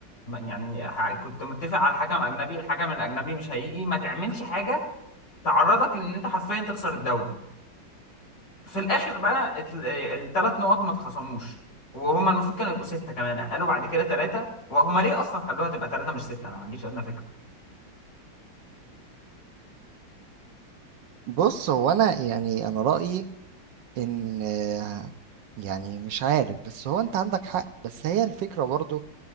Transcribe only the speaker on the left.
يعني ح- كنت متفق على حكم اجنبي الحكم الاجنبي مش هيجي ما تعملش حاجه تعرضك لان انت حرفيا تخسر الدوري في الاخر بقى الثلاث نقط ما اتخصموش وهما المفروض كانوا يبقوا سته كمان قالوا بعد كده ثلاثه وهما ليه اصلا خلوها تبقى ثلاثه مش سته انا ما عنديش ادنى فكره